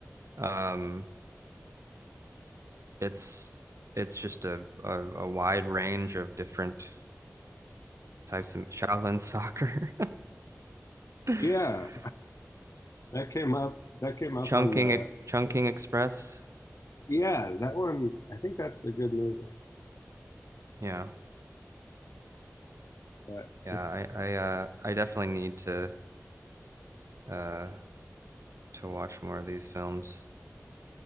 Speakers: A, on the right; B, on the left.
A: um it's it's just a a, a wide range of different types of Shaolin soccer. <laughs>
B: Yeah, that came up. That came up
A: Chunking
B: on the
A: Chunking
B: list.
A: Express.
B: Yeah, that one. I think that's a good movie.
A: Yeah.
B: But
A: Yeah,
B: uh,
A: I I uh I definitely need to uh to watch more of these films.